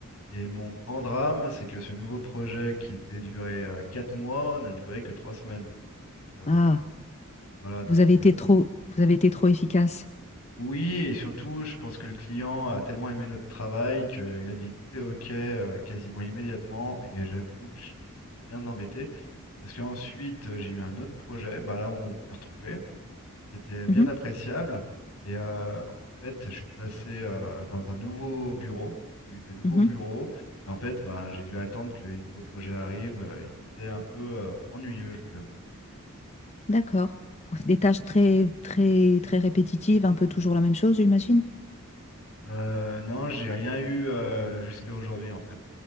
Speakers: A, on the left; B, on the left.
A: Et mon grand drame, c'est que ce nouveau projet qui devait durer euh, quatre mois n'a duré que trois semaines. Euh,
B: Ah,
A: voilà, donc
B: vous avez
A: euh,
B: été trop, vous avez été trop efficace.
A: oui, et surtout, je pense que le client a tellement aimé notre travail qu'il a dit tout est OK euh, quasiment immédiatement. Et j'avoue que je suis bien embêté parce qu'ensuite, euh, j'ai eu un autre projet, bah, là où on s'est retrouvé. C'était bien
B: Mhm,
A: appréciable. Et euh, en fait, je suis passé euh, dans un nouveau bureau. J'ai eu des nouveaux
B: mhm.
A: bureaux. Et en fait, ben, j'ai dû attendre que les nouveaux projets arrivent. euh, Et c'était un peu euh, ennuyeux, je dois t'avouer.
B: D'accord. Ouais, Des tâches très, très, très répétitives, un peu toujours la même chose, j'imagine.
A: Euh, non, j'ai rien eu euh, jusqu'à aujourd'hui, en fait,